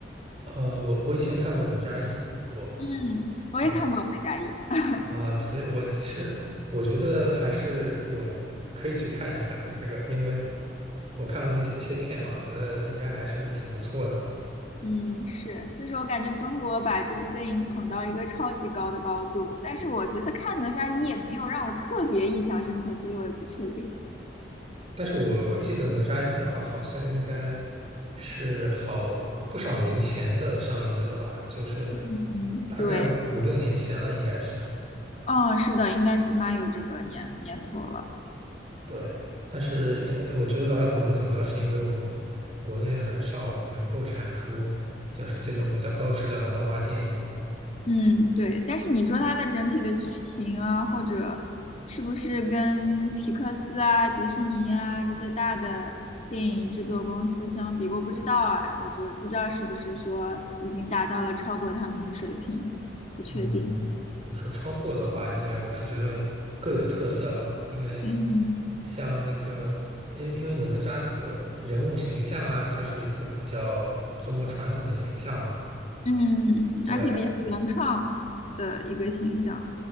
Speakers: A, on the right; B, on the left.
A: 呃，我我以前看过哪吒一，不过。
B: 嗯，我也看过《哪吒一》，
A: 啊
B: <laughs>
A: 啊，所以我其实我觉得还是有可以去看一看的这个，因为我看了那些切片嘛，我觉得应该还是挺不错的。
B: 嗯，是，就是我感觉中国把这部电影捧到一个超级高的高度，但是我觉得看《哪吒一》也没有让我特别印象深刻，所以我也不确定。
A: 但是我我记得哪吒一的话，好像应该是好不少年前的上映的了吧，就是
B: 嗯，
A: 大概五六年前了，
B: 对，
A: 应该是。
B: 哦，是的，应该起码有这个年年头了。
A: 对，但是也我觉得把它捧得很高，是因为我们国内很少能够产出就是这种比较高质量的动画电影吧。
B: 嗯，对，但是你说它的整体的剧情啊，或者是不是跟皮克斯啊、迪士尼啊这些大的电影制作公司相比，我不知道啊，我觉得不知道是不是说已经达到了超过他们的水平，不确定。
A: 嗯，你说超过的话，应该我是觉得各有特色吧，因为
B: 嗯，
A: 像那个，因因为哪吒这个人物形象啊，它是一个比较中国传统的形象嘛，
B: 嗯，
A: 对，
B: 而且比较原创的一个形象。